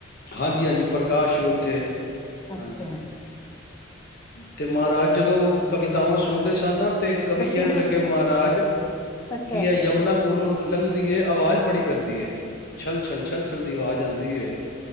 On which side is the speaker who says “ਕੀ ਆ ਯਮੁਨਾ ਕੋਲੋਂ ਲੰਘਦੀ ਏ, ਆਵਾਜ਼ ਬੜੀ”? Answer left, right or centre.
Left